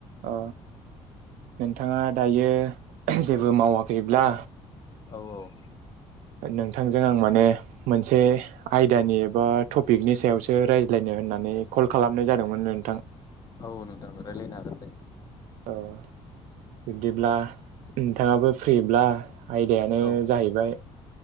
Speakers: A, on the right; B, on the left.
A: अ नोंथाङा दायो जेबो मावाखैब्ला
B: औ औ
A: नोंथांजों आं माने मोनसे आयदानि एबा टपिकनि सायावसो रायज्लायनो होननानै कल खालामनाय जादोंमोन नोंथां
B: औ नोंथां रायलायनो हागोन दे
A: औ बिब्दिब्ला नोंथाङाबो फ्रिब्ला आयदायानो
B: औ
A: जाहैबाय